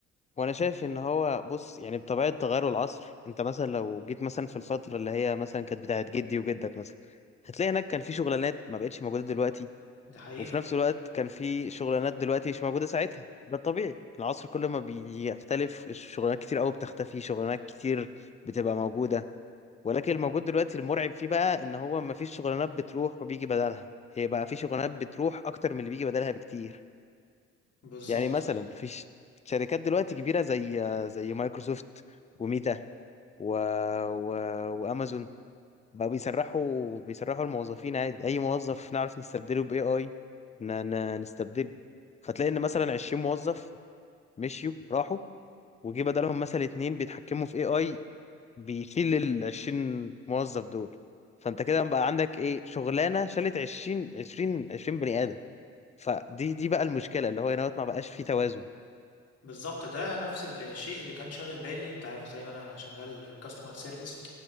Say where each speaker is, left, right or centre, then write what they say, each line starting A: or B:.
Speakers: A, on the left; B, on the left.
A: وانا
B: مم.
A: شايف ان هو بص يعني بطبيعه تغير العصر انت مثلا لو جيت مثلا في الفتره اللي هي مثلا كانت بتاعت جدي وجدك مثلا هتلاقي هناك كان في شغلانات ما بقتش موجوده دلوقتي
B: ده حقيقه
A: وفي نفس الوقت كان في شغلانات دلوقتي مش موجوده ساعتها ده الطبيعي العصر كل ما بيختلف الشغلانات كتير قوي بتختفي شغلانات كتير بتبقى موجوده ولكن
B: مم.
A: الموجود دلوقتي المرعب فيه بقى ان هو ما فيش شغلانات بتروح وبيجي بدلها هي بقى في شغلانات بتروح اكتر من اللي بيجي بدلها بكتير
B: بالظبط
A: يعني مثلا في ش- شركات دلوقتي كبيرة زي زي مايكروسوفت وميتا و... و... وامازون بقى بيسرحوا بيسرحوا الموظفين عادي اي موظف نعرف نستبدله باي اي ن... ن... نستبدله فتلاقي ان مثلا 20 موظف مشيوا راحوا وجي بدلهم مثلا اتنين بيتحكموا في اي اي بيشيل ال 20 موظف دول فانت كده بقى عندك ايه شغلانة شالت 20 20 20 بني ادم فدي دي بقى المشكلة اللي هو هنا ما بقاش فيه توازن
B: بالظبط ده نفس الشيء اللي كان شاغل بالي انت عارف زي ما انا شغال في الكاستمر سيرفيس